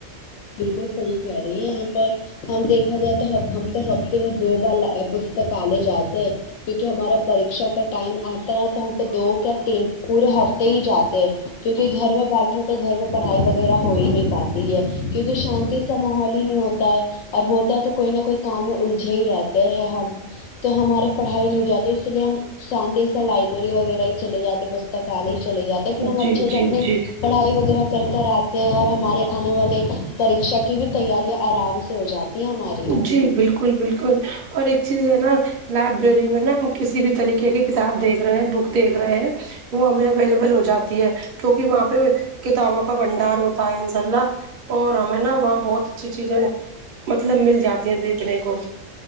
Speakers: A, on the left (about 80°); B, on the right (about 55°).
A: بالکل صحیح کہہ رہی ہیں آپا ہم دیکھا جائے تو ہم تو دن میں دو بار پستکالے جاتے ہیں کیونکہ ہمارا پرکشا کا ٹائم آتا ہے تو ہم تو دو کیا تین پورے ہفتے ہی جاتے ہیں کیونکہ گھر میں بیٹھے ہو تو گھر میں پڑھائی وغیرہ ہو ہی نہیں پاتی ہے کیونکہ شانتی سا ماحول ہی نہیں ہوتا ہے اور وہ ہوتا ہے تو کوئی نہ کوئی کام میں الجھے ہی رہتے ہیں ہم تو ہمارے پڑھائی ہو جاتی اسی لیے ہم شانتی سے لائبریری وغیرہ ہی چلے جاتے بستا کالے ہی چل جاتے لیکن ہم
B: جی
A: اچھے
B: جی
A: سے اپنی
B: جی
A: پڑھائی وغیرہ کر کر آتے ہیں اور ہمارے آنے والے پریکشا کی بھی تیاریاں آرام سے ہو جاتی ہے ہماری
B: جی بالکل بالکل اور ایک چیز ہے نا لائبریری میں نا ہم کسی بھی طریقے کی کتاب دیکھ رہے ہیں بک دیکھ رہے ہیں وہ ہمیں اویلیبل ہو جات تی ہے کیونکہ وہاں پہ کتابوں کا بنڈار ہوتا ہے انشاء اللہ اور ہمیں نا وہاں بہت اچھی چیزیں مطلب مل جاتی ہیں دیکھنے کو